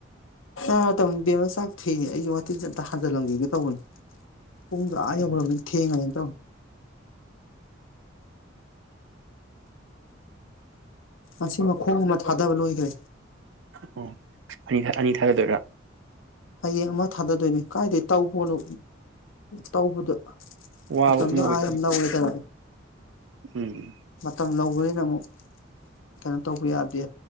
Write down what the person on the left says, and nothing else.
ꯆꯥꯔ ꯇꯕꯅꯤ ꯕꯦꯝꯃ ꯆꯥꯛ ꯊꯦ ꯑꯩꯒꯤ ꯋꯥꯇꯤꯟꯁꯦ ꯑꯝꯇ ꯍꯥꯟꯖꯤꯜꯂꯝꯕꯤꯒꯦ ꯇꯧꯕꯅꯤ ꯎꯨꯡ꯭ꯔꯥ ꯍꯥꯏ
ꯊꯦꯡꯡꯉꯅꯤꯦꯟ ꯎ ꯑꯁꯤ ꯃꯈꯣꯡ ꯑꯃ ꯊꯥꯗꯕ ꯂꯣꯏꯈ꯭ꯔꯦ
ꯍꯌꯦꯡ ꯑꯃ ꯊꯥꯗꯗꯣꯏꯅꯦ ꯀꯥꯏꯗꯩ ꯇꯧꯕꯣꯅꯣ ꯇꯧꯕꯗꯣ
ꯃꯇꯝꯗꯣ
ꯑꯥ ꯅꯧꯔꯦꯗꯅ
ꯃꯇꯝ ꯂꯧꯕꯅꯤꯅ ꯑꯃꯨꯛ ꯀꯩꯅꯣ ꯇꯧꯕ ꯌꯥꯗꯦ